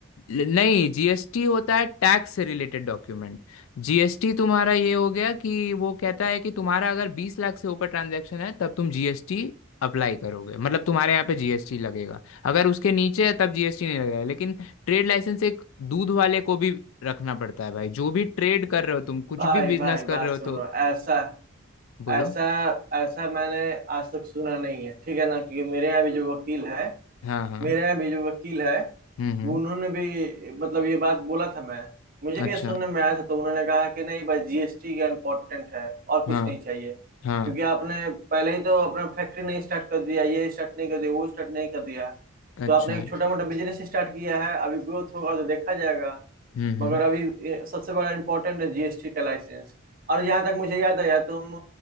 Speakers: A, on the left; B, on the right.
A: ल- नहीं जीएसटी होता है टैक्स से रिलेटेड डॉक्यूमेंट जीएसटी तुम्हारा ये हो गया कि वो कहता है कि तुम्हारा अगर बीस लाख से ऊपर ट्रांजैक्शन है तब तुम जीएसटी अप्लाई करोगे मतलब तुम्हारे यहाँ पे जीएसटी लगेगा अगर उसके नीचे है तब जीएसटी नहीं लगेगा लेकिन ट्रेड लाइसेंस एक दूध वाले को भी रखना पड़ता है भाई जो भी ट्रेड कर रहे हो तुम कुछ
B: भाई
A: भी बिजनेस
B: भाई
A: कर
B: बात
A: रहे
B: सुनो
A: हो तो
B: ऐसा
A: बोलो
B: ऐसा ऐसा मैंने आज तक सुना नहीं है ठीक है ना क्योंकि मेरे यहाँ भी जो वकील है
A: हाँ हाँ
B: मेरे यहाँ भी जो वकील है
A: हम्म हम्म
B: वो उन्होंने भी मतलब ये बात बोला था मैं मुझे भी
A: अच्छा
B: ये सुनने में आया था तो उन्होंने कहा कि नहीं बस जीएसटी का इम्पोर्टेंट है और कुछ
A: हाँ
B: नहीं चाहिए क्योंकि
A: हाँ
B: आपने पहले ही तो अपना फैक्ट्री नहीं स्टार्ट कर दिया ये स्टार्ट नहीं कर दिया वो स्टार्ट नहीं कर दिया
A: अच्छा
B: तो आपने एक छोटा मोटा बिजनेस स्टार्ट किया है अभी ग्रोथ होगा तो देखा जाएगा
A: हम्म
B: मगर
A: हम्म
B: अभी ये सबसे बड़ा इम्पोर्टेंट है जीएसटी का लाइसेंस और जहाँ तक मुझे याद आया तुम